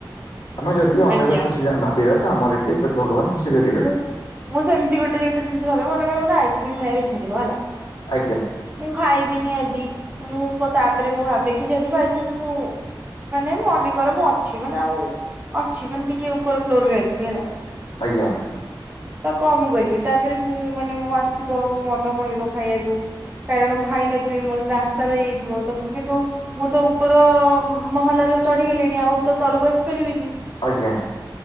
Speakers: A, on the left; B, on the right.
A: ଆମେ ଯଦି ଅନ୍ୟର
B: ଆଜ୍ଞା
A: ଖୁସି ଭାବିବା ତ ଆମର ଏ <inaudible> ଭଗବାନ ଖୁସି କରିବେ
B: ହୁଁ ମୁଁ ସେମିତି ଗୋଟେ ଗୋଟେ ଜିନିଷ ଭା ମନେକରେ ମତେ ଆଇ ସେ ଭାଇର ଇଚ୍ଛା ଥିବ ହେଲା
A: ଆଜ୍ଞା
B: ମୁଁ ଖାଇ ବିିନି ଆଜି ମୁଁ ତାପରେ ମୁଁ ଭା କିି ଯଦି ଭାଇଚନ୍ସ ମୁଁ ମାନେ ମୁଁ ମନେକର ମୁଁ ଅଛି ମାନେ ଆଉ ଅଛି ମାନେ ଟିକେ ଉପର ଫ୍ଲୋରରେ ଅଛି ହେଲା
A: ଆଜ୍ଞା।
B: ତ କ ମୁ କରିବି ତାପରେ ମୁଁ ମାନେ ମୋ ଆସିବ ମୋ ମନ କହିବ ଖାଇବାକୁ କାରଣ ମୁଁ ଖାଇନଥିବି ମୋର ସେଟା ଆଶା ରହିଯାଇଥିବ ତ ମୁଁ କିନ୍ତୁ ମୁଁ ତ ଉପର ମହଲାରେ ଚଢିଗଲିଣି ଆଉ ତ ତଳକୁ ଆସିପାରିବିନି
A: ଆଜ୍ଞା।